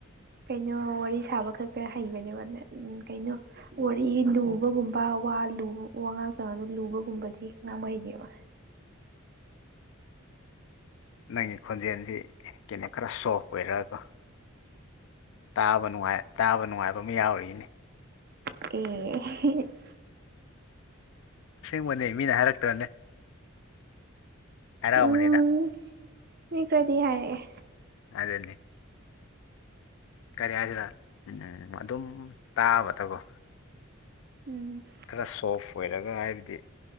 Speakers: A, on the right (about 50°); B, on the left (about 65°).
A: ꯀꯩꯅꯣ ꯋꯥꯔꯤ ꯁꯥꯕ ꯈꯛꯇ ꯍꯩꯕꯅꯦꯕ ꯑꯗꯨꯅ ꯎꯝ ꯀꯩꯅꯣ ꯋꯥꯔꯤ ꯂꯨꯕꯒꯨꯝꯕ ꯋꯥ ꯂꯨ ꯋꯥꯉꯥꯡ ꯁꯉꯥꯡꯗꯣ ꯂꯨꯕꯒꯨꯝꯕꯗꯤ ꯉꯥꯡꯕ ꯍꯩꯇꯦꯕ
B: ꯅꯪꯒꯤ ꯈꯣꯟꯖꯦꯟꯁꯤ ꯀꯩꯅꯣ ꯈꯔ ꯁꯣꯐ ꯑꯣꯏꯔꯀꯣ ꯇꯥꯕ ꯅꯨꯡꯉꯥꯏ ꯇꯥꯕ ꯅꯨꯡꯉꯥꯏꯕ ꯑꯃ ꯌꯥꯎꯔꯤꯅꯦ
A: ꯑꯦ
B: ꯑꯁꯦꯡꯕꯅꯦ ꯃꯤꯅ ꯍꯥꯏꯔꯛꯇ꯭ꯔꯅꯦ ꯍꯥꯏꯔꯛꯑꯝꯒꯅꯤꯗ
A: ꯎꯝ ꯃꯤ ꯈꯔꯗꯤ ꯍꯥꯏꯔꯛꯑꯦ
B: ꯑꯗꯨꯅꯦ ꯀꯔꯤ ꯍꯥꯏꯁꯤꯔꯥ ꯎꯝ ꯑꯗꯨꯝ ꯇꯥꯕꯗꯀꯣ
A: ꯎꯝ
B: ꯈꯔ ꯁꯣꯐ ꯑꯣꯏꯔꯒ ꯍꯥꯏꯕꯗꯤ